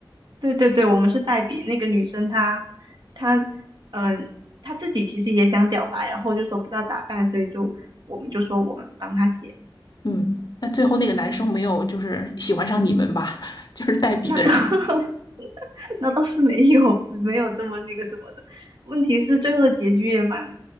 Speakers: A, on the right; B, on the left.
A: 对对对，我们是代笔，那个女生她她嗯、她自己其实也想表白，然后就说不知道咋办，所以就我们就说我们帮她写。
B: 嗯，那最后那个男生没有就是喜欢上你们吧，<laughs> 就是代笔的人。
A: 那倒 <laughs> 那倒是没有没有这么那个什么的。问题是最后的结局也蛮